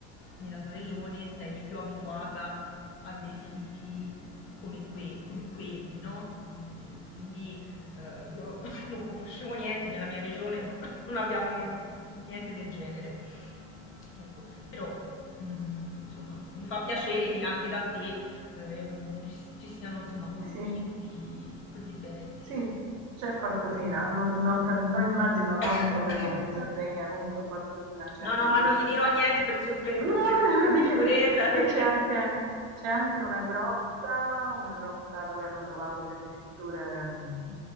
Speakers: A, on the left (about 40°); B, on the right (about 50°).
A: nella tua regione sei più abituata a dei siti come, que- come quelli, no? E quindi eh, io non, <laughs> non conoscevo niente, nella mia regione non, non abbiamo nie- niente del genere. Ecco, però mm, insomma mi, mi fa piacere che anche da te ehm, ci, ci siano insomma posti
B: sì, sì,
A: così, così belli,
B: sì, c'è qualcosina, non non tan non immagino non
A: sì.
B: proprio come in Sardegna, comunque qualcosina c'è
A: No,
B: anche
A: no, ma
B: qui.
A: non gli dirò niente per, sicu- per-
B: No,
A: per- per-
B: non
A: per
B: devo
A: sicurezza
B: dire.
A: perché...
B: Qui c'è anche, c'è anche una grotta, una grotta dove hanno trovato delle pitture mh,